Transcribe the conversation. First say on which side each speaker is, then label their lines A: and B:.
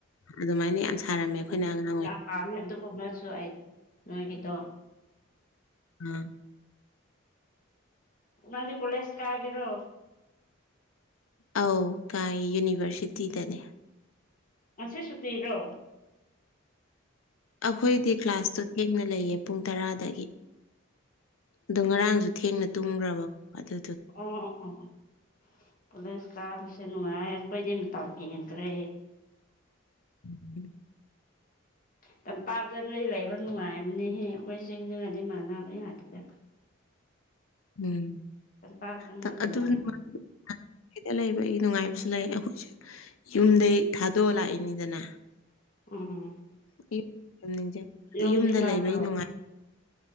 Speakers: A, on the left (about 80°); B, on the left (about 40°).
A: ꯑꯗꯨꯃꯥꯏꯅ ꯌꯥꯝ ꯁꯥꯅꯝꯅꯦ ꯑꯩꯈꯣꯏꯅ
B: ꯎꯝ
A: ꯑꯉꯥꯡ ꯑꯣꯏ
B: ꯌꯥꯝ ꯄꯥꯝꯃꯦ ꯑꯗꯨꯒꯨꯝꯕꯁꯨ ꯑꯩ ꯅꯣꯏꯒꯤꯗꯣ
A: ꯎꯝ
B: ꯅꯗꯤ ꯀꯣꯂꯦꯁ ꯀꯒꯦꯔꯣ
A: ꯑꯧ ꯀꯥꯏ ꯌꯨꯅꯤꯚꯔꯁꯤꯇꯤꯗꯅꯦ
B: ꯉꯁꯤ ꯁꯨꯇꯤꯔꯣ
A: ꯑꯩꯈꯣꯏꯗꯤ ꯀ꯭ꯂꯥꯁꯇꯣ ꯊꯦꯡꯅ ꯂꯩꯌꯦ ꯄꯨꯡ ꯇꯔꯥꯗꯒꯤ ꯑꯗꯣ ꯉꯔꯥꯡꯁꯨ ꯊꯦꯡꯅ ꯇꯨꯝꯈ꯭ꯔꯕ ꯑꯗꯨ
B: ꯎꯝ ꯎꯝ ꯎꯝ ꯀꯣꯂꯦꯖ ꯀꯥꯕꯁꯦ ꯅꯨꯡꯉꯥꯏꯌꯦ ꯈꯣꯏꯗꯤ ꯃꯇꯝ ꯍꯦꯟꯈ꯭ꯔꯦ
A: <inaudible>
B: ꯇꯝꯄꯥꯛꯇ ꯅꯣꯏ ꯂꯩꯕ ꯅꯨꯡꯉꯥꯏꯕꯅꯤꯍꯦ ꯑꯩꯈꯣꯏ ꯆꯤꯡꯗꯉꯗꯤ ꯃꯥꯟꯅꯕ ꯉꯥꯛꯇꯦꯗ
A: ꯎꯝ
B: ꯇꯝꯄꯥꯛꯇꯅ
A: ꯇꯛ
B: ꯅꯨꯡꯉꯥꯏ
A: ꯑꯗꯨ <unintelligible> ꯁꯤꯗ ꯂꯩꯕꯒꯤ ꯅꯨꯡꯉꯥꯏꯕꯁꯨ ꯂꯩ ꯑꯩꯈꯣꯏꯁꯨ ꯌꯨꯝꯗꯒꯤ ꯊꯥꯗꯣꯛꯑ ꯂꯥꯛꯏꯅꯤꯗꯅ
B: ꯎꯝ ꯎꯝ
A: <unintelligible>
B: ꯌꯨꯝꯗꯤ
A: ꯌꯨꯝꯗ
B: ꯂꯥꯞꯄ꯭ꯔꯣ
A: ꯂꯩꯕꯩ ꯅꯨꯡꯉꯥꯏ